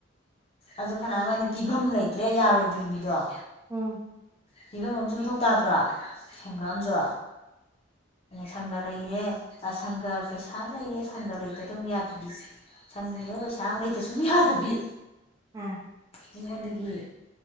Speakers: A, on the left; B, on the right.
A: ꯑꯗꯨ ꯐꯅꯕꯅꯤ ꯄꯤꯐꯝ ꯂꯩꯇ꯭ꯔꯦ ꯌꯥꯔꯣꯏꯗꯣꯔꯤ ꯃꯤꯗꯣ
B: ꯎꯝ
A: ꯐꯤꯕꯝ ꯑꯃꯥꯁꯨ ꯃꯊꯧ ꯇꯥꯗ꯭ꯔꯣ ꯁꯟꯒ ꯑꯝꯁꯨ ꯁꯪꯒ ꯂꯩꯔꯦ ꯑ ꯁꯪꯒ ꯄꯩꯁꯥ ꯂꯩꯔꯦ ꯁꯪꯒ ꯂꯩꯇꯗ ꯑꯃꯨꯛ ꯌꯥꯗꯕꯤꯁꯦ ꯁꯪꯒ ꯂꯩꯔ ꯄꯩꯁꯥ ꯑꯃꯨꯛ ꯂꯩꯇꯁꯨ ꯌꯥꯗꯕꯤ
B: ꯎꯝ <unintelligible>
A: ꯃꯤꯉꯣꯟꯗꯒꯤ